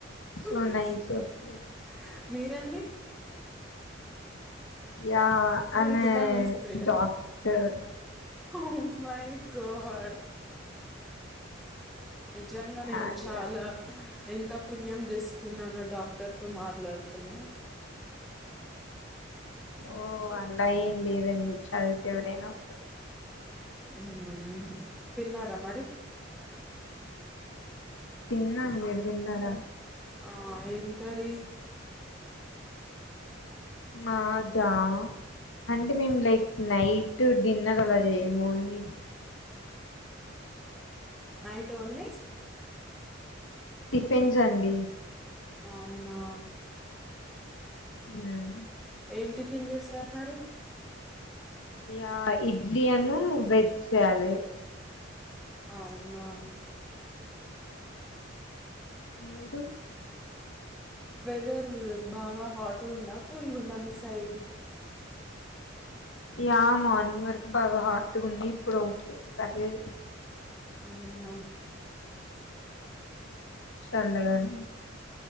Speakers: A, in the centre; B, on the left (about 75°).
A: ఆహ్
B: సో
A: ఆహ్
B: నైస్ ఆఫ్ యూ
A: మీరండి
B: యా అయామ్
A: మీరు గుటా
B: ఎ
A: మేస్త్రియా
B: డాక్టర్
A: ఓ మై గాడ్ నిజంగా
B: యా
A: నేను చాలా
B: యా
A: ఎంత పుణ్యం చేసుకున్నానో డాక్టర్ తో మాట్లాడుతున్నా
B: ఓ అలా ఏం లేదండి చదివితే ఎవరైనా అవుతారు
A: హు హు తిన్నార మరి
B: తిన్నా మీరు తిన్నారా
A: ఆ ఏమి కర్రీ
B: మాదా అంటే మేము లైక్ నైట్ డిన్నర్ అలా ఏ మోని
A: నైట్ ఓన్లీ
B: టిఫిన్స్ అండి
A: అవునా
B: ఉమ్
A: ఏం టిఫిన్ చేస్తారు మరి
B: యాయ్ ఇడ్లీ అను వెజ్ సాలెడ్
A: అవునా
B: మీరు
A: వెదర్ బాగా హాట్గా ఉందా కూల్గా ఉందా మీ సైడ్
B: యా మార్నింగ్ వరకు బాగా హాట్ ఉండి ఇప్పుడు ఓకే పర్లేదు
A: అవున
B: సర్లే గాని